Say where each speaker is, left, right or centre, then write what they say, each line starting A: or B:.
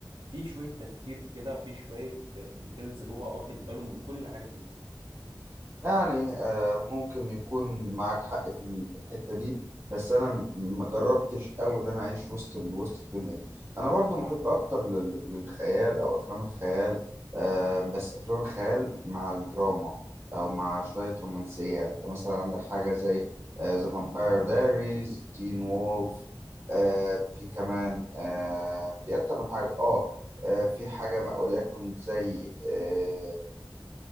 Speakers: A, on the right (about 85°); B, on the right (about 35°).
A: في شويه تفكير كده في شويه ديتيلز هو واخد باله من كل حاجه فيها
B: يعني آه، ممكن يكون معاك حق في ال- في الحتة دي بس انا م- ما جربتش قوي ان انا اعيش وسط ال- وسط الدنيا دي انا برضو محب اكتر لل- للخيال او افلام الخيال آه، بس افلام الخيال مع الدراما او مع شوية رومانسية يعني انت مثلا عندك حاجة زي ذا فامباير دايريز تين وولف في كمان آه، في اكتر من حاجة اه آه، في حاجة ما- وليكن زي آه،